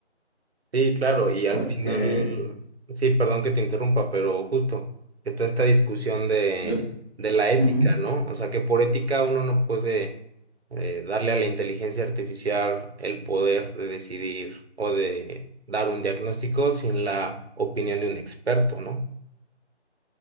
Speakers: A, on the right (about 65°); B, on the left (about 30°).
A: Sí, claro, y
B: Porque
A: al final, sí, perdón que te interrumpa, pero justo está esta discusión de,
B: yo,
A: de la ética,
B: ujú.
A: ¿no? O sea, que por ética uno no puede eh, darle a la inteligencia artificial el poder de decidir o de dar un diagnóstico sin la opinión de un experto, ¿no?